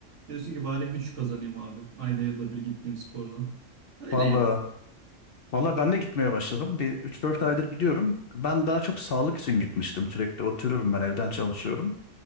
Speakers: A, on the right; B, on the left.
A: Diyorsun ki bari güç kazanayım abi. Ayda yılda bir gittiğim spordan. Öyle
B: Valla
A: yani.
B: valla ben de gitmeye başladım. Bir üç dört aydır gidiyorum. Ben daha çok sağlık için gitmiştim sürekli. Oturuyorum ben evden çalışıyorum.